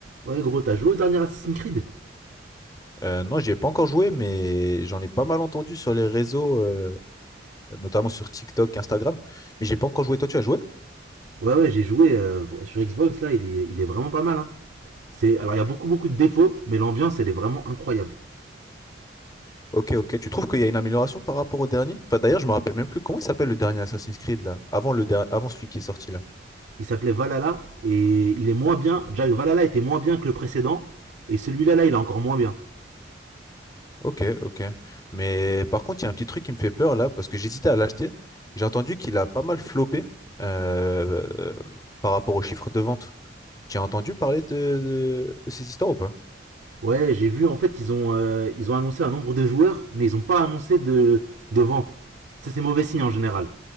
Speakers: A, on the right; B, on the left.
A: Ouais gros, t'as joué au dernier Assassin's Creed
B: Euh, non, j'y ai pas encore joué, mais j'en ai pas mal entendu sur les réseaux, euh, notamment sur TikTok, Instagram. Mais j'ai pas encore joué. Toi, tu as joué?
A: Ouais ouais, j'ai joué euh, sur Xbox là, il est, il est vraiment pas mal. Hein. C'est alors il y a beaucoup beaucoup de défauts, mais l'ambiance elle est vraiment incroyable.
B: Ok, ok. Tu trouves qu'il y a une amélioration par rapport au dernier? Enfin, d'ailleurs, je me rappelle même plus comment il s'appelle le dernier Assassin's Creed là, avant le der- avant celui qui est sorti là.
A: Il s'appelait Valhalla et il est moins bien. Jack Valhalla était moins bien que le précédent et celui-là là, il est encore moins bien.
B: Ok, ok. Mais par contre, il y a un petit truc qui me fait peur là, parce que j'hésitais à l'acheter. J'ai entendu qu'il a pas mal floppé euh, euh, par rapport aux chiffres de vente. Tu as entendu parler de, de de ces histoires ou pas?
A: Ouais, j'ai vu en fait ils ont euh, ils ont annoncé un nombre de joueurs, mais ils ont pas annoncé de de vente. Ça c'est mauvais signe en général.